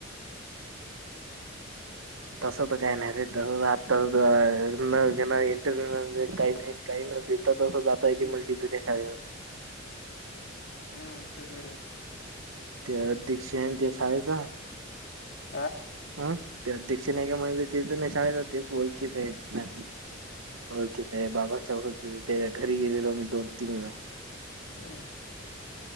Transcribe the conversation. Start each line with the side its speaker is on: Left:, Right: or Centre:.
Right: तस तर काही नाही ते तस आता न इंटरव काही नाही काही न. आता तसं जाता य
Left: हम्म
Right: ते म्हल तिथ देखावर.
Left: हम्म तसच
Right: ते दीक्षित त्या शाळेच.
Left: अं
Right: हा ते अध्यक्ष नाही का म्हण ते तर नाही शाळेत तेच ओळखीच आहे ओळखच बाबाच्या ओळख त्याच्या घरी गेलेलो मी दोन तीन व
Left: अे